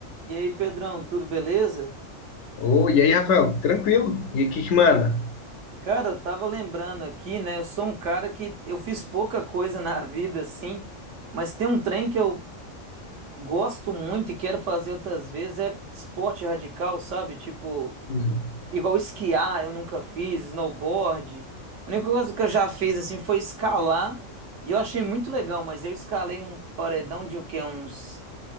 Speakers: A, on the right (about 70°); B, on the left (about 70°).
A: E aí, Pedrão, tudo beleza?
B: Ô, e aí, Rafael, tranquilo? E o que que manda?
A: Cara, eu tava lembrando aqui, né? Eu sou um cara que eu fiz pouca coisa <laughs> na vida, assim, mas tem um trem que eu gosto muito e quero fazer outras vezes, é esporte radical, sabe? Tipo,
B: Uhum.
A: igual esquiar, eu nunca fiz, snowboard. A única coisa que eu já fiz, assim, foi escalar, e eu achei muito legal, mas eu escalei um paredão de o quê? Uns,